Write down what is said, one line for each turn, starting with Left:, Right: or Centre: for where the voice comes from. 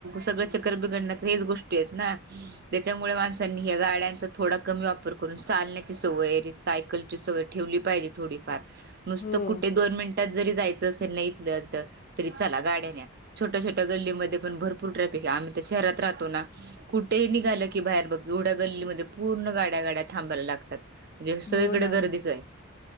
Right: सगळं चक्कर बिघडण्याच हेच गोष्टी आहेत ना. त्याच्यामुळे माणसांनी या गाड्यांचा थोडा कमी वापर करून चालण्याची सवयरी सायकलची सवय ठेवली पाहिजे. थोडी फार, नुसत
Left: हो
Right: कुठे दोन मिनट जायच असेल इथल्या इथं तरी चला गाड्या न्या छोट्या छोट्या गल्लीमध्ये पण भरपूर ट्राफी क आम्ही तर शहरात राहतो ना कुठेही निघालं की बाहेर बघ येवढ्या गल्लीमध्ये पूर्ण गाड्या गाड्या थांबायला लागतात. म्हणजे सगळीकडे
Left: हो ना
Right: गर्दीचं आहे.